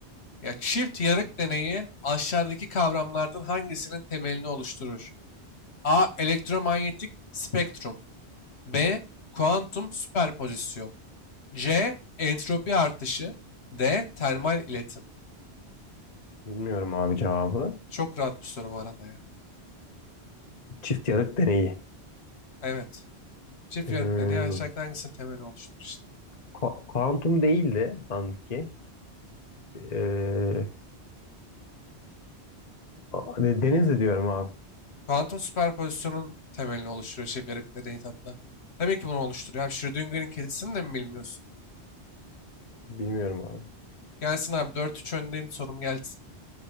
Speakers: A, on the left (about 70°); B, on the left (about 40°).
A: Ya çift yarık deneyi aşağıdaki kavramlardan hangisinin temelini oluşturur? A. Elektromanyetik spektrum. B. Kuantum süperpozisyon. C. Entropi artışı. D. Termal iletim.
B: Bilmiyorum abi cevabı.
A: Çok rahat bir soru bu arada ya.
B: Çift yarık deneyi.
A: Evet. Çift
B: Ee,
A: yarık deneyi aşağıdaki hangisinin temelini oluşturur işte.
B: ku- kuantum değildi sanki. ki. Ee, a- de- Denizli diyorum abi.
A: Kuantum süperpozisyonun temelini oluşturuyor çift yarık deneyi hatta. Tabii ki bunu oluşturuyor. Abi Schrödinger'in kedisini de mi bilmiyorsun?
B: Bilmiyorum abi.
A: Gelsin abi dört üç öndeyim sorum gelsin.